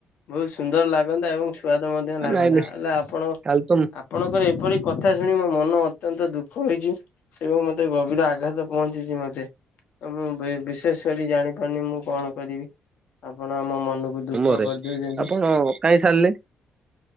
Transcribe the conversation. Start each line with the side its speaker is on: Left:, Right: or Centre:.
Left: ବହୁତ୍ ସୁନ୍ଦର ଲାଗନ୍ତା ଏବଂ ସ୍ୱାଦ ମଧ୍ୟ ଲାଗନ୍ତା।
Right: ନାଇଁ ନାଇଁ
Left: ହେଲେ ଆପଣ ଆପ୍
Right: କାଲି ତ
Left: ଆପଣଙ୍କର ଏପରି କଥା ଶୁଣି ମୋ ମନ ଅତ୍ୟନ୍ତ ଦୁଃଖ ହୋଇଚି। ଏବଂ ମତେ ଗଭୀର ଆଘାତ ପହଞ୍ଚିଚି ମତେ। ମୁଁ ବିଶେଷ କରି ଜାଣିପାରୁନି ମୁଁ କଣ କରିବି ଆପଣ ଆମ ମନକୁ ଦୁଃଖ
Right: ମରେ
Left: କରିଦଉଛନ୍ତି।
Right: ଆପଣ କାଇଁ ସାରିଲେ?